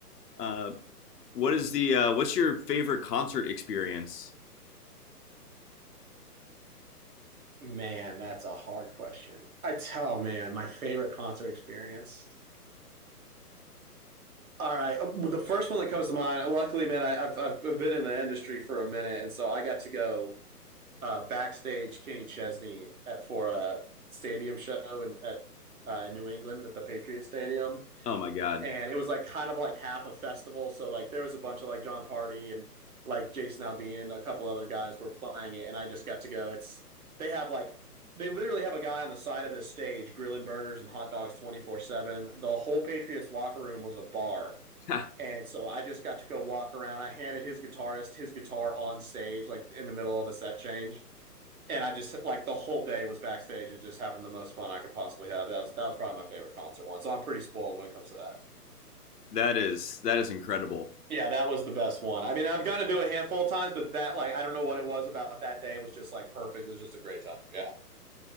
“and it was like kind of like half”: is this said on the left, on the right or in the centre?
Right